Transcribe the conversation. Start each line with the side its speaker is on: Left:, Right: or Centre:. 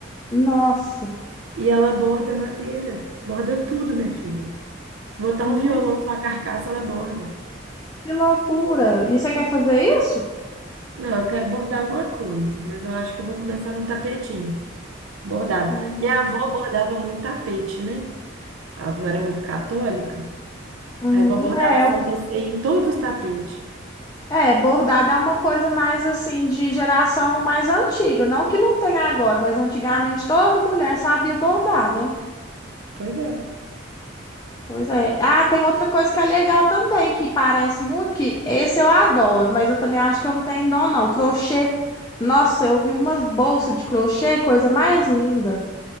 Left: Nossa,
Right: e ela borda madeira. Borda tudo, minha filha. Se botar
Left: gente,
Right: um violão só a carcaça, ela borda.
Left: que loucura. E você quer fazer isso?
Right: Não, eu quero bordar alguma coisa, mas eu acho que eu vou começar num tapetinho. Bordado.
Left: Hum,
Right: Minha avó bordava muito tapete, né? A avó era muito católica.
Left: uhum,
Right: Aí a avó bordava
Left: é,
Right: Santa
Left: eu-
Right: Ceia em todos os tapetes.
Left: é, bordado é uma coisa mais assim de geração mais antiga. Não que não tenha agora, mas antigamente toda mulher sabia bordar, né?
Right: Pois é.
Left: Pois é. Ah, tem outra coisa que é legal também, que parece muito, que esse eu adoro, mas eu também acho que eu não tenho dom, não. Crochê. Nossa, eu vi umas bolsas de crochê, coisa mais linda.